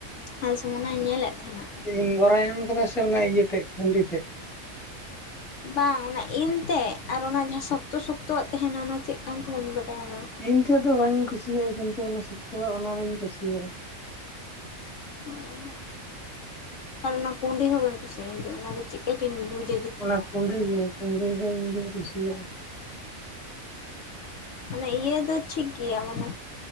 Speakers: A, on the left; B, in the centre.
A: ᱟᱨ ᱥᱩᱢᱚᱱᱟᱭ ᱧᱮᱞᱮᱫ ᱛᱟᱸᱦᱮᱱᱟ᱾
B: ᱤᱱᱵᱚᱨᱚᱭ ᱮᱢ ᱠᱟᱫᱟ ᱥᱮ ᱚᱱᱟ ᱤᱭᱟᱹ ᱛᱮᱜ ᱠᱩᱰᱸᱤ ᱛᱮᱜ?
A: ᱵᱟᱝ ᱚᱱᱟ ᱤᱱ ᱛᱮᱜ ᱟᱨ ᱚᱱᱟ ᱡᱟᱦᱟᱸ ᱥᱚᱠᱛᱚ ᱥᱚᱠᱛᱚᱣᱟᱜ ᱛᱟᱸᱦᱮᱱᱟ ᱚᱱᱟ ᱪᱮᱫ ᱠᱟᱱᱪᱟ ᱵᱟᱹᱧ ᱵᱟᱰᱟᱭᱟ ᱚᱱᱟ᱾
B: ᱤᱱ ᱴᱷᱮᱡ ᱫᱚ ᱵᱟᱹᱧ ᱠᱩᱥᱤᱭᱟᱜ-ᱟ, ᱠᱤᱱᱛᱩ ᱚᱱᱟ ᱥᱚᱠᱛᱚᱣᱟᱜ ᱚᱱᱟ ᱫᱚᱧ ᱠᱩᱥᱤᱭᱟᱜ-ᱟ᱾
A: ᱩᱸ ᱟᱨ ᱚᱱᱟ ᱠᱩᱸᱰᱤ ᱦᱚᱸ ᱵᱟᱹᱧ ᱠᱩᱥᱤᱭᱟᱜ-ᱟ, ᱤᱧ ᱫᱚ ᱚᱱᱟ ᱫᱚ ᱪᱮᱫᱠᱟ ᱪᱚᱧ ᱵᱩᱡ
B: ᱚᱱᱟ ᱠᱩᱸᱰᱤ ᱜᱮ ᱠᱩᱸᱰᱤ ᱫᱚ ᱤᱧ ᱫᱩᱧ ᱠᱩᱥᱤᱭᱟᱜ-ᱟ᱾
A: ᱢᱟᱱᱮ ᱤᱭᱟᱹ ᱫᱚ ᱴᱷᱤᱠ ᱜᱮᱭᱟ, ᱢᱟᱱᱮ